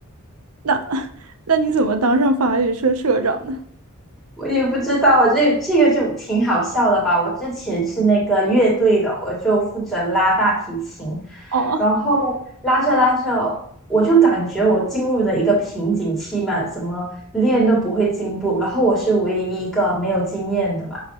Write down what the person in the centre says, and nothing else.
我也不知道，这这个就挺好笑的吧。我之前是那个乐队的，我就负责拉大提琴，
然后拉着拉着，我就感觉我进入了一个瓶颈期嘛，怎么练都不会进步。然后我是唯一一个没有经验的嘛。